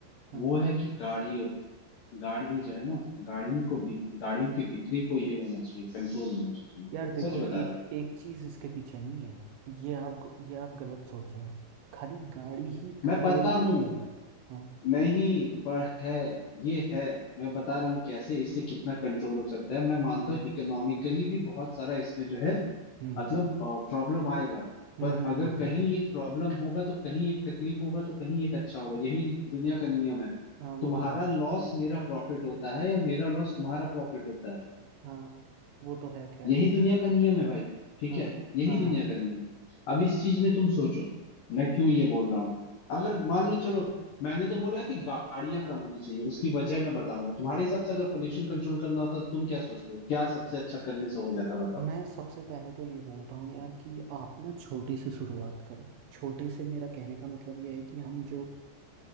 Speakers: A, on the right; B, on the left.
A: हाँ
B: वो है कि गाड़ियों गाड़ी जो है ना गाड़ियों को बिक- गाड़ियों की बिक्री को ये होना चाहिए कंट्रोल होना चाहिए
A: यार देखो
B: सच
A: एक
B: बता रहा हूँ
A: एक चीज इसके पीछे नहीं है ये आप ग- ये आप गलत सोच रहे हो खाली गाड़ी ही का
B: मैं पता
A: रोल नहीं
B: हूँ
A: है इधर हाँ
B: नहीं पर है ये है मैं बता रहा हूँ कैसे इससे कितना कंट्रोल हो सकता है मैं मानता
A: हाँ
B: हूँ इकोनॉमिकली भी बहुत सारा इसमें जो है
A: हम्म
B: मतलब प्रॉब्लम आएगा
A: हम्म
B: पर
A: हम्म
B: अगर
A: हम्म हम्म,
B: कहीं एक प्रॉब्लम होगा तो कहीं एक तकलीफ होगा तो कहीं एक अच्छा होगा यही दुनिया का नियम है
A: हाँ वो
B: तुम्हारा
A: तो है
B: लॉस मेरा प्रॉफिट होता है या मेरा लॉस तुम्हारा प्रॉफिट होता है
A: हाँ वो तो है खैर
B: यही दुनिया का नियम है भाई ठीक
A: हाँ
B: है यही
A: हाँ
B: दुनिया का नियम है अब इस चीज में तुम सोचो मैं क्यों ये बोल रहा हूँ अगर मान लो चलो मैंने तो बोला है कि गाड़ियां कम होनी चाहिए उसकी वजह मैं बताऊंगा तुम्हारे हिसाब से अगर पोल्यूशन कंट्रोल करना होता तो तुम क्या सोचते हो क्या सबसे अच्छा करने से हो जाता बताओ
A: मैं सबसे पहले तो ये बोलता हूँ यार कि आप ना छोटे से शुरुआत करो छोटे से मेरा कहने का मतलब यह है कि हम जो